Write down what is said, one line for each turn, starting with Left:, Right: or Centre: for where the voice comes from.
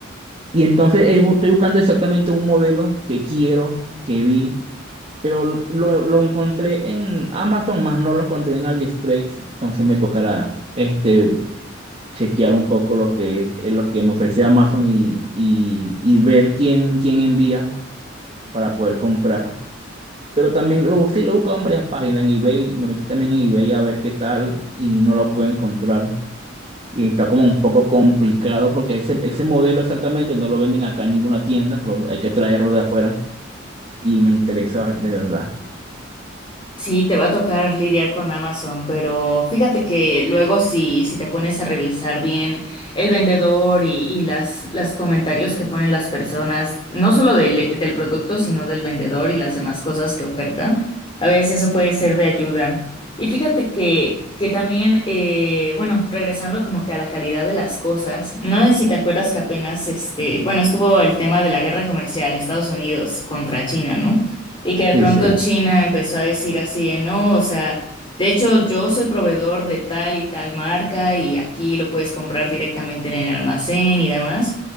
Right: Y entonces eh, bu- estoy buscando exactamente un modelo que quiero, que vi, pero lo, lo encontré en Amazon, más no lo encontré en AliExpress, entonces me tocará este. chequear un poco lo que es, es lo que me ofrece Amazon y, y- y ver quién, quién envía para poder comprar. Pero también lo, sí lo he buscado en varias páginas, en eBay, me metí también en eBay a ver qué tal y no lo pude encontrar. Y está como un poco complicado porque ese, ese modelo exactamente no lo venden acá en ninguna tienda, lo- hay que traerlo de afuera y me interesa de verdad.
Left: Sí, te va a tocar lidiar con Amazon, pero fíjate que luego si, si te pones a revisar bien el vendedor y, y las, las comentarios que ponen las personas, no solo del, del producto, sino del vendedor y las demás cosas que oferta, a veces eso puede ser de ayuda. Y fíjate que, que también, eh, bueno, regresando como que a la calidad de las cosas, no sé si te acuerdas que apenas, este, bueno, estuvo el tema de la guerra comercial Estados Unidos contra China, ¿no? Y que de
Right: Sí,
Left: pronto
Right: sí.
Left: China empezó a decir así de no, o sea, de hecho yo soy proveedor de tal y tal marca y aquí lo puedes comprar directamente en el almacén y demás.